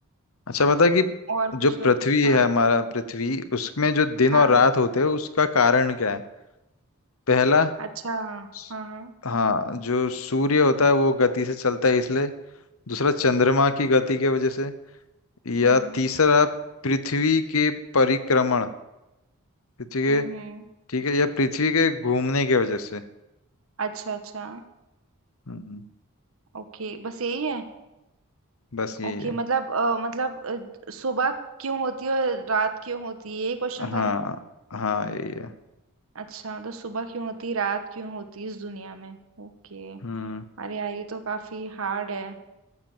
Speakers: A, on the left (about 70°); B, on the right (about 65°).
A: अच्छा बता कि
B: और
A: जो
B: पूछो
A: पृथ्वी है
B: हाँ
A: हमारा पृथ्वी उसमें जो दिन
B: हाँ
A: और रात होते हैं उसका कारण क्या है पहला
B: अच्छा
A: स-
B: हाँ हाँ
A: हाँ जो सूर्य होता है वो गति से चलता है इसलिए दूसरा चंद्रमा की गति की वजह से या
B: हम्म
A: तीसरा पृथ्वी के परिक्रमण पृथ्वी के
B: हम्म हम्म
A: ठीक है या पृथ्वी के घूमने की वजह से
B: अच्छा अच्छा
A: हम्म,
B: ओके बस यही है
A: बस यही
B: ओके
A: है
B: मतलब अ, मतलब अ, सुबह क्यों होती है और रात क्यों होती है यही क्वेश्चन था
A: हाँ
B: ना
A: हाँ यही है
B: अच्छा मतलब सुबह क्यों होती है रात क्यों होती है इस दुनिया में ओके
A: हम्म
B: अरे यार ये तो काफी हार्ड है